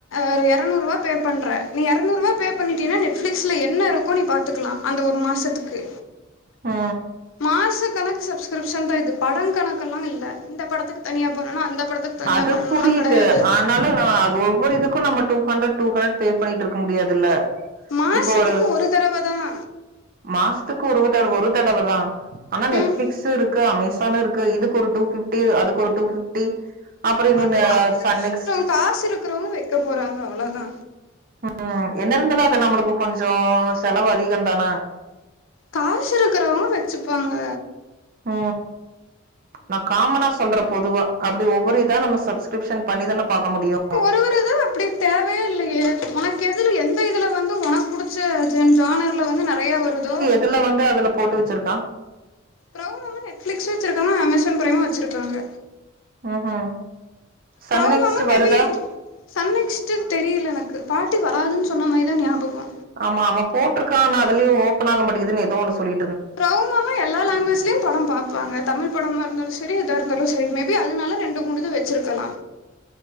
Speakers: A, on the left (about 70°); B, on the right (about 45°).
A: ஒரு எரநூறு ரூபா பே பண்றே நீ இருநூறுருபா பே பண்ணிட்டேனா நெட்ஃபிளேக்ஸ்லா என்ன இருக்கோ நீ பாத்துக்கலா அந்த ஒரு மாசத்துக்கு
B: ஆ
A: மாச கணக்கு சப்ஸ்கிரிப்ன் தா இது படம் கணக்கு எல்லா இல்ல இந்த படத்துக்கு தனியா பண்ணனு அந்த படத்துக்கு தனியா
B: அது
A: பண்ணனுல்லா
B: புரியுது
A: கெடையாது
B: ஆ அதனால நா அது ஒவ்வொரு இருக்கு நம்ம two hundred two hundred pay பண்ணிட்டு இருக்க முடியாதுல்ல
A: மாசத்துக்கு
B: இப்போ ஒரு
A: தடவ தான்
B: மாசத்துக்கு ஒரு தடவ ஒரு தடவதா ஆனா நெட்பிளிக்ஸ்
A: ம்
B: இருக்கு அமேசானு இருக்கு இதுக்கு ஒரு டூ ஃபிப்டி அது ஒரு டூ ஃபிப்டி அப்புறோ இன்னொரு
A: அதுவும் அவங்க
B: சன்நெக்ஸ்ட்டு
A: இஷ்டப்ப காசு இருக்கிறவங்க வெக்க போறாங்க அவ்வளோதா
B: உம் என்ன இருந்தாலு அது நம்மளுக்கு கொஞ்சு செலவு அதிகோந் தான
A: காசு இருக்கிறவங்க வெச்சுப்பாங்க
B: ஆ நா காமனா சொல்ற பொதுவா அப்படி ஒவ்வொரு இதா நம்ம சப்ஸ்கிரிப்ஷன் பண்ணிதானே பாக்க முடியு
A: அப்படி ஒரு ஒரு இது அப்படி தைவையே இல்லையே உனக்கு எதுல எந்த இதுல வந்து உனக்கு பிடிச்ச ஜென் ஜானரல வந்து நெறையா வருதோ
B: இதுல வந்து அதுல போட்டு வச்சிருக்கா
A: ப்ரோமம்ம நெட் ஃபிளிக்சு வெச்சிருக்கா அமைஸ்சான் பிரைமு வெச்சிருக்காங்க
B: ஆ ஆ சன்
A: பிரவுமமா
B: நெக்ஸ்ட்டு
A: மேபி
B: வருதா
A: சன் நெக்ஸ்ட்டு தெரியல எனக்கு பாட்டி வராதுன்னு சொன்ன மாதிரி தான் ஞாபகோ
B: ஆமா அவ போட்டிருக்கா ஆன அதுலயு ஓப்பன் ஆக மாட்டிக்குது ஏதோ ஒன்னு சொல்லி
A: ட்ரௌமம்மா எல்லா லாங்குவேஜ்லயு படம் பாப்பாங்க தமிழ் படமா இருந்தாலு சேரி எதா இருந்தாலு சேரி மேபி அதனால ரெண்டு மூணது வெச்சிருக்கலா